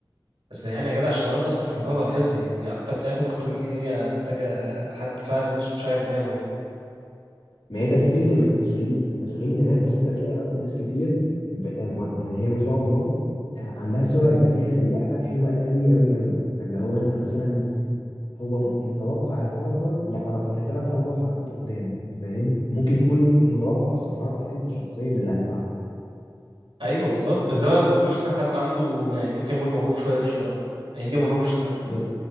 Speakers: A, on the right; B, on the left.
A: بس يعني يا جدع الشطرنج أصلا مش معتمد على الحفظ يعني دي أكتر لعبة ممكن تقول إن هي محتاجة حد فعلا ش- مشغل دماغه يعني
B: ما هي تشغيل دم... تشغيل تشغيل دماغ بس انت بتلاقي وقت الناس كتير ب... آه، م- يعني هي ما شاء الله آه، عندها سرعة بديهة في اللعبة حلوة قوي قوي قوي فاللي هو انت مثلا هو متوقع الحركة لحركة لثلاث اربع حركات قدام فاهم ممكن يكون متوقع اصلا حركتك انت شخصيا اللي هتلعبها
A: أيوه بالظبط بس ده بقى بيكون مثلا حد عنده يعني ممكن يقول موهوب شوية في الشطرنج يعني دي موهوب في الشطرنج بقى
B: ب...